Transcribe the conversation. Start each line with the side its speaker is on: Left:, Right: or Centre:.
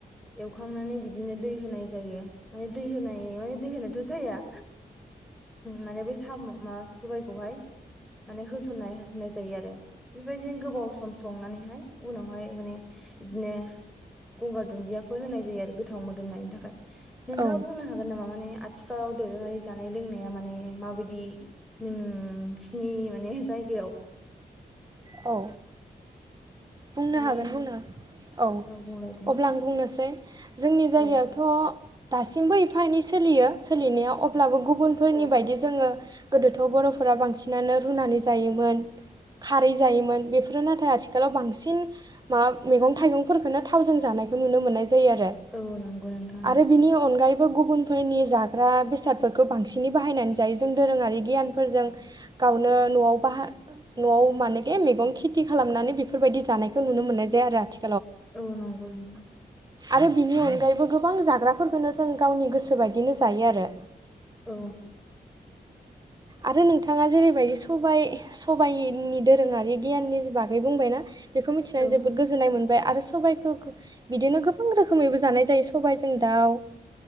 Centre: एवखांनानै बिदिनो दै होनाय जायो माने दै होनाय ओ माने दै होनायथ' जाया माने बै साम' माबा सबायखौहाय माने होसनना होनाय जायो आरो बेबायदिनो गोबाव सम संनानैहाय उनावहाय मानि बिदिनो गंगार दुन्दियाफोर होनाय जायो आरो गोथाव मोदोमनायनि थाखाय नोंथांआ
Right: औ
Centre: बुंनो हागोन नामा माने आथिखालाव दोरोंआरि जानाय लोंनाया माने माबायदि नोंसिनि माने जायगायाव
Right: औ बुंनो
Centre: माने
Right: हागोन बुंनोसो औ
Centre: बुंलाय दे
Right: अब्ला आं बुंनोसै जोंनि जायगायावथ'
Centre: औ
Right: दासिमबो एफा एनै सोलियो सोलिनाया अब्लाबो गुब बुनफोरनि
Centre: औ
Right: बादि जोङो गोदोथ' बर'फोरा बांसि नानो रुनानै जायोमोन खारै जायोमोन बेफोरो नाथाय आथिखालाव बां सिन माबा मैगं थाइगंफोरखोनो थावजों जानायखौ नुनो मोननाय जा जायो आरो
Centre: औ नंगौ नोंथां
Right: आरो बिनि अनगायैब बो गुबुनफोरनि जाग्रा बेसादफोरखौ बांसिनै बाहायनानै जायो जों दोरोङारि गियानफोरजों गावनो न'आव बाहा न'आव मानेकि मेगं खेथि खालामनानै बेफो फोरबायदि जानायखौ नुनो मोननाय जाया आरो आथि
Centre: औ नंगौ नोंथां
Right: आरो बिनि अनगायैबो गोबां जाग्राफोरखोनो जों गावनि गोसोबायदिनो जायो आरो
Centre: औ
Right: आरो नोंथाङा जेरैबायदि सबाय सबायनि दोरोङारि गियाननि बागै बुंबायना बेखौ मिथिनानै
Centre: औ
Right: जोबोद गोजोननाय मोन बाय आरो सबाइखोखो बिदिनो गोबां रोखोमैबो जानाय जायो सबायजों दाव